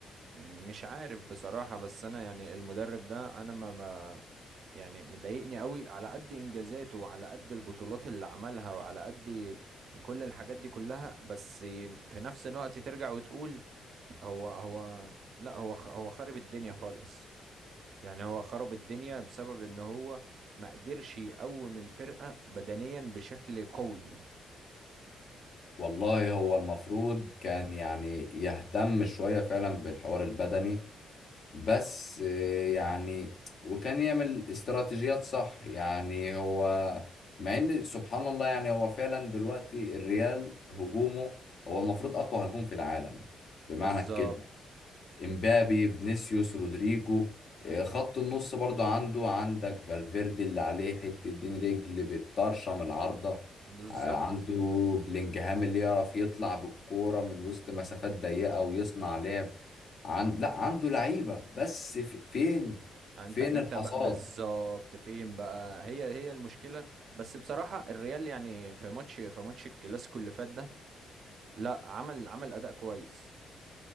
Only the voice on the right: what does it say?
مش عارف بصراحة بس أنا يعني المدرب ده أنا ما ما- يعني مضايقني قوي على قد إنجازاته وعلى قد البطولات اللي عملها وعلى قد كل الحاجات دي كلها بس في نفس الوقت ترجع وتقول هو هو لا هو خ- هو خرب الدنيا خالص يعني هو خرب الدنيا بسبب إن هو ما قدرش يقوم الفرقة بدنيا بشكل قوي
بالظبط
بالظبط
انت
انت
بقى بالظبط فين بقى هي هي المشكله بس بصراحه الريال يعني في ماتش في ماتش الكلاسيكو اللي فات ده لا عمل عمل اداء كويس